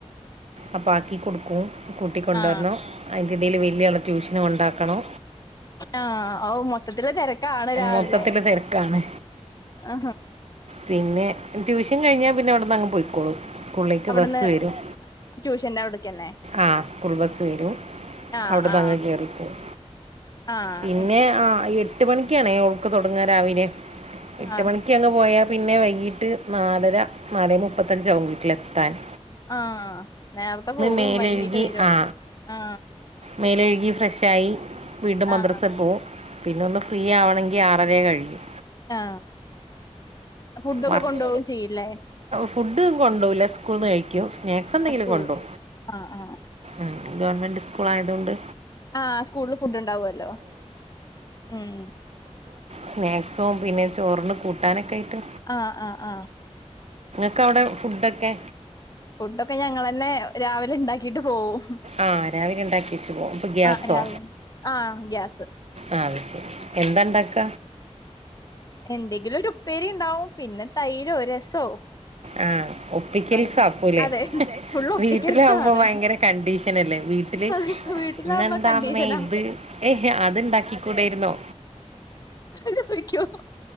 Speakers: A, on the right (about 60°); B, on the left (about 30°).
A: അപ്പ ആക്കി കൊടുക്കും. കൂട്ടിക്കൊണ്ടുവരണം
B: ആ
A: അതിൻ്റെ ഇടയിൽ വലിയ ആളെ ട്യൂഷന് കൊണ്ടാക്കണോ
B: ആ ഔ മൊത്തം മൊത്തത്തിൽ തിരക്കാ ക്കാണ് രാവിലെ
A: മൊത്തത്തിൽ തിരക്കാണ്
B: ആ
A: പിന്നെ ട്യൂഷൻ കഴിഞ്ഞാ പിന്നെ അവിടന്നങ്ങ് പോയിക്കോളും. സ്കൂളിലേക്ക്
B: അവിടുന്ന്
A: ബസ്സ് വരും
B: ട്യൂഷന്റെ അവിടേക്കന്നെ
A: ആ സ്കൂൾ ബസ്സ് വരും
B: ആഹ്
A: അവിടുന്നങ്ങ്
B: ആഹ്
A: കേറിപ്പോവും.
B: ആഹ്
A: പിന്നെ
B: അയ്ശരി
A: ആ എ എട്ട് മണിക്കാണേ ഓൾക്ക് തൊടങ്ങാ രാവിലെ. എട്ട്
B: ആഹ്
A: മണിക്കങ്ങ് പോയാ പിന്നെ വൈകീട്ട് നാലര നാലേ മുപ്പത്തഞ്ചാവും വീട്ടിലെത്താന്.
B: ആ നേറത്തെ പോവും
A: മേലഴുകി
B: വൈകീട്ട് വരും
A: ആ
B: ആ
A: മേലഴുകി ഫ്രഷായി വീണ്ടും മദ്രസൽ
B: ആഹ്.
A: പോവും പിന്നെ ഒന്ന് ഫ്രീ ആവണെങ്കിൽ ആറരേ കഴിയും.
B: ആ ഫുഡൊക്കെ
A: വർക്ക്
B: കൊണ്ടോവും ചെയ്യല്ലേ?
A: ഫുഡ് കൊണ്ടോകുല സ്കൂളന്ന് കഴിക്കോ സ്നാക്സ്
B: ആഹ്
A: എന്തെങ്കിലും
B: സ്കൂളില്.
A: കൊണ്ടോ
B: ആഹ് ആഹ്.
A: ഉ ഗവൺമെന്റ് സ്കൂൾ ആയതുകൊണ്ട്
B: ആ സ്കൂളിൽ ഫുഡ് ഉണ്ടാവുമല്ലോ ഉം
A: സ്നാക്സോ പിന്നെ ചോറിന് കൂട്ടാനൊക്കെ ആയിട്ട്
B: ആ ആ ആ
A: ഒക്ക അവിടെ ഫുഡക്കെ ക്കെ
B: ഫുഡൊക്കെ ഞങ്ങ തന്നെ രാവിലെ ഉണ്ടാക്കിട്ട് പോവും
A: ആ രാവിലെ ഉണ്ടാക്കി വച്ചു പോ ഇപ്പൊ ഗ്യാസോ
B: ആഹ് രാവിലെ ആഹ് ഗ്യാസ്.
A: ആ എന്തണ്ടാക്ക
B: എന്തെങ്കിലും ഒരു ഉപ്പേരി ഉണ്ടാവും പിന്നെ തൈരോ രസോ
A: ആ ഒപ്പിക്കൽസ്
B: അങ്ങ
A: ആക്കൂലേ
B: അതെ ഫുള്ള് ഒപ്പിക്കൽസാണ്.
A: വീട്ടിലാകുമ്പോ ഭയങ്കര കണ്ടീഷൻ അല്ലേ വീട്ടില്
B: അതെ വീട്ടിലാവുമ്പോ
A: ഇന്നെന്താമ്മേ
B: കണ്ടീഷനാ.
A: ഇത് അത്ണ്ടാക്കിക്കൂടായിരുന്നോ
B: ആഹ പോയിക്കോ